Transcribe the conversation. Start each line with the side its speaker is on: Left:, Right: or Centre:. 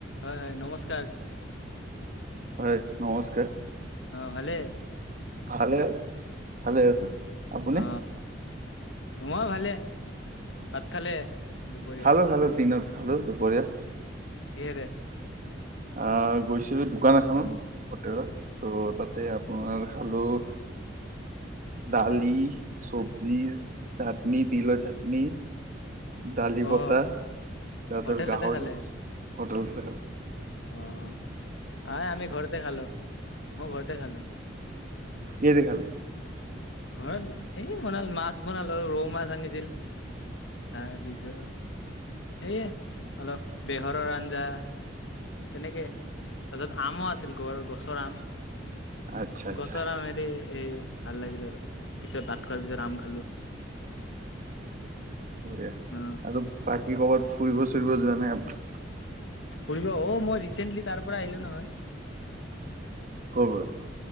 Left: হয় হয়, নমস্ কাৰ।
Right: হয়। নমস্কাৰ।
Left: ভালেই।
Right: ভালে, ভালেই আছো, আপুনি?
Left: অ মই ভালে, ভাত খালে? দুপৰীয়া
Right: খালো খালো দিনত খালোঁ দুপৰীয়া।
Left: কিহেৰে?
Right: অ', গৈছিলো দোকান এখনত, হোটেলত, ত' তাতে আপোনাৰ খালো, দালি, চব্জি, চাটনি, তিলৰ চাটনি দালি বটা,
Left: অ
Right: তাৰপিছত
Left: হোটেলতে
Right: গাহৰি,
Left: খালে
Right: হোটেলতে খালোঁ।
Left: অ', আ-আমি ঘৰতে খালো। মই ঘৰতে খালো।
Right: কিহেৰে খালে?
Left: ঘৰত, এই বনাল, মাছ বনালো, ৰৌ মাছ আনিছিল, তাৰপিছত, এইয়ে অলপ বেহৰৰ আঞ্জা। তেনেকে, তাৰপিছত আমো আছিল, ঘৰৰ গছৰ আম।
Right: আচ্ছা আচ্ছা
Left: গছৰ আম, হেৰি এই ভাল লাগিল আৰু। পিছত ভাত খোৱাৰ পিছত আম খালো।
Right: বঢিয়া,
Left: অ
Right: আৰু বাকী কৰ'বাত ফুৰিব চুৰি ৰিব যোৱা নাই আপুনি?
Left: ফুৰিব, অ', মই ৰিচেন্টলি তাৰ পৰা আহিলো নহয়।
Right: ক'ৰ পৰা?